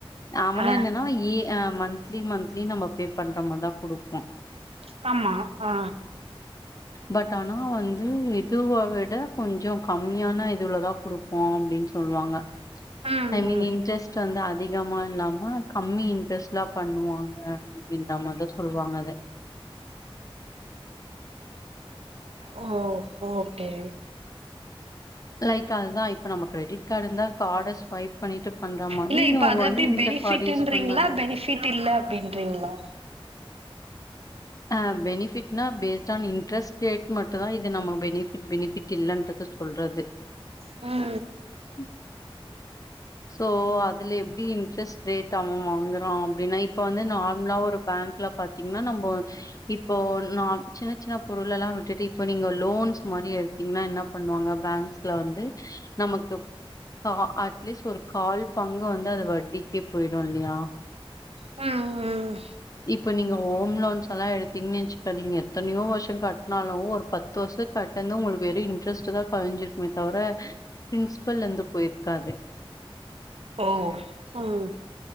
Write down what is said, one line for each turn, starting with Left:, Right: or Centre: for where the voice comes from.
Left: அவனு
Right: ஆ
Left: என்னனா இ அ மன்த்லி மன்த்லி நம்ப பே பண்ற மர் தா குடுப்பா
Right: கம்மா ஆ
Left: பட் அனா வந்து இதுவ விட கொஞ்சொ கம்மியான இதுவுலதா குடுப்போ அப்டின் சொன் உல்வாங்க
Right: ம்
Left: ஐ மீன் இன்ட்ரஸ்ட் வந்து அதிகமா இல்லாம கம்மி இன்ட்ரெஸ்ட்ல பண்ணுவாங்க அப்படின்ற மாதிரிதா சொல்லுவாங்க அத <inaudible>
Right: ஓ ஓகே ஓகே‌
Left: லைக் அதுதா இப்ப நாம கிரெடிட் கார்டு இருந்தா கார்டஸ்வைப் பண்ணிட்டு பண்ற மாரி
Right: இல்ல இப்ப
Left: இவங்க
Right: அது
Left: வந்து
Right: எப்டி
Left: இந்த
Right: பெனிஃபிட்ன்றீங்களா
Left: கார்டு யூஸ் பண்ணாங்க
Right: பெனிஃபிட் இல்ல அப்டின்றீங்களா
Left: ஆ பெனிஃபிட் என்னா பேஸ்டு ஆன் இன்ட்ரெஸ்ட் ரேட் மட்டு தா இது நாம பெனிஃபிட் பெனிஃபிட் இல்லன்றத சொல்றது
Right: ம்
Left: ம் சோ அதுல எப்படி இன்ட்ரெஸ்ட் ரேட்டு அவ வாங்குறா அப்டின்னா இப்போ வந்து நார்மலா ஒரு பேங்க்ல பாத்தீங்கன்னா நம்ப வந் இப்போ நா சின்ன சின்ன பொருள்லலா விட்டுட்டு இப்போ நீங்க லோன்ஸ் மாரி எடுத்தீங்கன்னா என்னா பண்ணுவாங்க பேங்க்ஸ்ல வந்து நமக்கு கா அட்லீஸ்ட் ஒரு கால் பங்கு வந்து அது வட்டிக்கே போயிடும் இல்லையா
Right: ம் ம்
Left: இப்ப நீங்க ஹோம் லோன்ஸ் அதுலா எடுத்தீங்கனா வச்சுங்கோங் எத்தனையோ வருச கட்னாலு ஒரு பத்து வருஷ கட்னது உங்களுக்கு வெறு இன்ட்ரெஸ்ட் தா கொறஞ்சுருக்குமே தவிர பிரின்சபல்ல இருந்து போயிருக்காது
Right: ஓ ம்